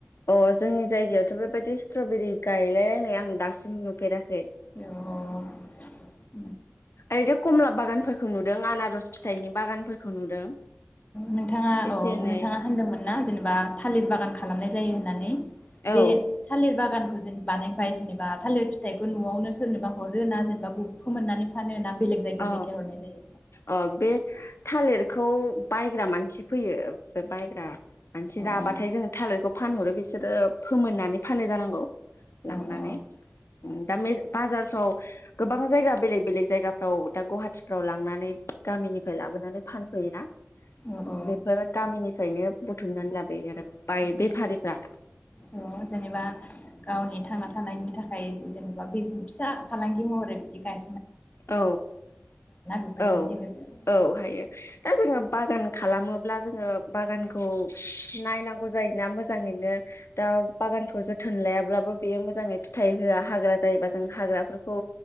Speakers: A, on the left (about 75°); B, on the left (about 35°).
A: अ जोंनि जायगायावथ' बेबायदि स्ट्रबेरि गायलायलायनाय आं दासिम नुफेरा खै।
B: अ <unintelligible>
A: ओरैनो कमला बागानफोर खौ नुदों आनारस फिथाइनि बागानफोरखौ नुदों।
B: नोंथाङा
A: एसे
B: अ
A: एनै
B: नोंथाङा होनदोंमोन ना जेनेबा थालिर बागान खा खालामनाय जायो होननानै? बे
A: औ
B: थालिर बागान खौ जेन बानायबाय जेनेबा थालिर फिथाइखौ न'आवनो सोरनोबा हरो ना जेनेबा गुबुन फोमोननानै फानो? ना बेलेग जायगायाव
A: औ
B: दैथायहरनाय जायो
A: अ बे थालिर खौ बायग्रा मानसि फैयो। बे बायग्रा मानसि
B: अ
A: राबाथाय
B: माने
A: जोङो थालिरखौ फानहरो बिसोरो फोमोननानै फानो जानांगौ।
B: अ
A: लांनानै
B: अ
A: दा बाजारफ्राव गोबां जायगा बेलेग बेलेग जायगा फ्राव दा गुवाहाटिफ्राव लांनानै गामिनिफ्राय लाबोनानै फानफैयोना।
B: औ
A: बेफोर गामिनिफ्रायनो बुथुमनानै लाबोयो आरो बाय
B: औ
A: बेफारिफ्रा
B: औ जेनेबा गावनि थांना थानायनि थाखाय जेनेबा बिज फिसा फालांगि महरै बिदि गाय
A: औ
B: बेफोरदिनि
A: औ
B: गेजेरजों
A: औ हायो दा जोङो बागान खालामो ब्ला जोङो बागानखौ नायनांगौ जायोना मोजाङैनो। दा बागानखौ जोथोन लायाब्लाबो बेयो मोजाङै फिथाइ होआ हाग्रा जायोबा जों हाग्राफोरखौ